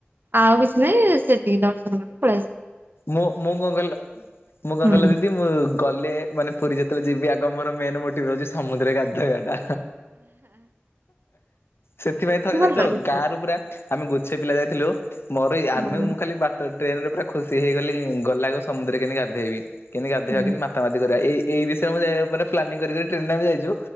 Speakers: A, on the right; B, on the left.
A: ଆଉ କିଛି ନାଇ ସେତିକି ଦର୍ଶନ କରିକି ପଳେ ଆସି
B: ମୁଁ ମୁଁ କ କହିଲ ମୁଁ କ
A: ହୁଁ
B: କହିଲ ଦିଦି ମୁଁ ଗଲେ ମାନେ ପୁରୀ ଯେତେବେଳେ ଯିବି ଆଗ ମୋର ମେନ ମୋଟିଭ ରହୁଛି ସମୁଦ୍ରରେ ଗାଧୋଇବା ଟା। ସେଥିପାଇଁ ଥରେ
A: ଭଲ
B: ଜାଣିଛ
A: ଦେଖିବାକୁ।
B: ଗାଁ ରୁ ପୁରା ଆମେ ଗୁଛେ ପିଲା ଯାଇଥିଲୁ ମୋର
A: ହୁଁ
B: ଆମେ ମୁଁ ଖାଲି ବାଟ ଟ୍ରେନ ରେ ପୁରା ଖୁସି ସି ହେଇଗଲି ଗଲେ ଆଗ ସମୁଦ୍ରରେ କେମତି ଗାଧୋଇବି କେମିତି ଗାଧୋଇବା
A: ହୁଁ
B: କେମିତିମାତା ମାତି କରିବା ଏଇ ଏଇ ବିଷୟରେ ମୁଁ ଯାଇ ମାନେ ପ୍ଲାନିଂ କରି କରି ଟ୍ରେନରେ ଯାଇଛୁ